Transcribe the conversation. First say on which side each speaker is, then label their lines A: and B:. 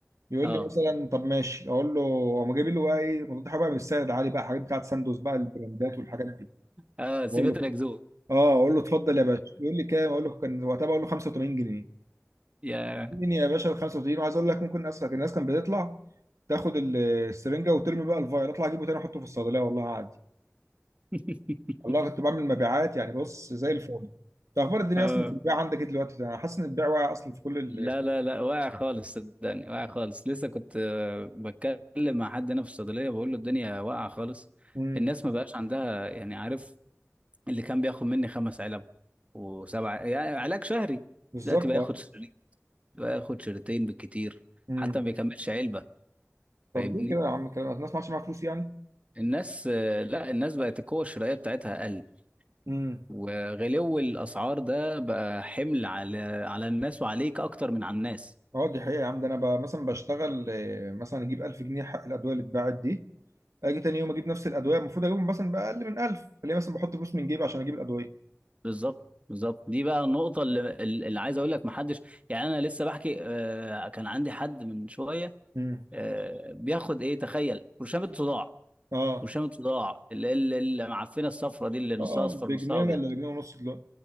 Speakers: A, on the right; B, on the right.
A: يقول
B: اه
A: لي مثلا طب ماشي اقول له اقوم جايب له بقى ايه مضاد حيوي بقى مش سعر عالي بقى حاجات بتاعت ساندوز بقى البراندات والحاجات دي
B: اه سيبت
A: بقول له
B: الاكذوب
A: اه اقول له اتفضل يا باشا يقول لي كام اقول له كان وقتها بقول له 85 جنيه
B: يا
A: مين يا باشا ال 35 وعايز اقول لك ممكن الناس الناس كانت بتطلع تاخد ال- السرنجه وترمي بقى الفايل اطلع اجيبه تاني احطه في الصيدليه والله عادي
B: <laughs>
A: والله كنت بعمل مبيعات يعني بص زي الفل طب اخبار الدنيا
B: اه
A: اصلا في البيع عندك ايه دلوقتي انا حاسس ان البيع واقع اصلا في كل ال
B: لا لا لا واقع خالص صدقني واقع خالص لسه كنت آه، بتكلم مع حد هنا في الصيدليه بقول له الدنيا واقعه خالص
A: امم
B: الناس ما بقاش عندها يعني عارف اللي كان بياخد مني خمس علب وسبعه يعني علاج شهري
A: بالظبط
B: دلوقتي بقى
A: اه
B: ياخد شريط بقى ياخد شريطين بالكتير
A: امم
B: حتى ما بيكملش علبه
A: طب
B: فاهمني
A: ليه كده يا عم كده الناس ما عادش معاها فلوس يعني
B: الناس آه، لا الناس بقت القوة الشرائية بتاعتها أقل
A: امم
B: وغلو الأسعار ده بقى حمل على على الناس وعليك أكتر من على الناس
A: اه دي حقيقه يا عم ده انا بقى مثلا بشتغل آه، مثلا اجيب 1000 جنيه حق الادويه اللي اتباعت دي اجي تاني يوم اجيب نفس الادويه المفروض اجيبهم مثلا باقل من 1000 ليه مثلا بحط فلوس من جيبي عشان اجيب الادويه
B: بالظبط بالظبط دي بقى النقطة اللي, اللي عايز أقول لك محدش يعني أنا لسه بحكي آه، كان عندي حد من شوية
A: امم
B: آه، بياخد إيه تخيل برشامة صداع
A: اه
B: برشامة صداع اللي اللي اللي معفنة الصفرة دي اللي نصها
A: اه
B: أصفر
A: بجنيه
B: نصها أبيض
A: ولا بجنيه ونص دلوقتي